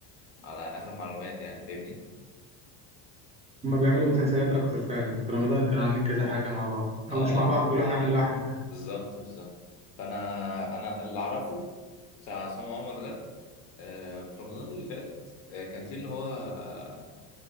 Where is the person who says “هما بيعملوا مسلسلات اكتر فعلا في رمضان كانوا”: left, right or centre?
Right